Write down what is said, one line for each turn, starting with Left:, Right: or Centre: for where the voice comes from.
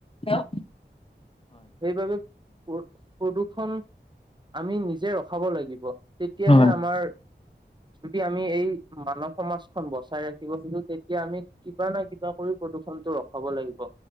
Left: হেল্ল'!
Right: সেইবাবে প্ৰদূৰ্ষণ আমি নিজে ৰখাব লাগিব। তেতিয়াহে
Left: হয়,
Right: আমাৰ
Left: <inaudible>
Right: যদি আমি এই মানৱ সমাজখন বচাই ৰাখিব খোজো তেতিয়া আমি, কিবা না কিবা কৰি প্ৰদূষণ টো ৰখাব লাগিব।